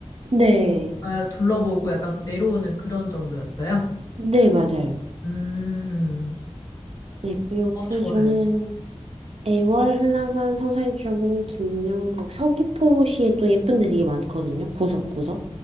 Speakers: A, on the right (about 65°); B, on the left (about 35°).
A: 네.
B: 아, 둘러보고 약간 내려오는 그런 정도였어요?
A: 네, 맞아요.
B: 음,
A: 네, 요-
B: 어,
A: 그래서
B: 좋아요.
A: 저는 애월, 한라산, 성산일출봉, 김영국, 서귀포시에 또 예쁜 데 되게 많거든요. 구석구석.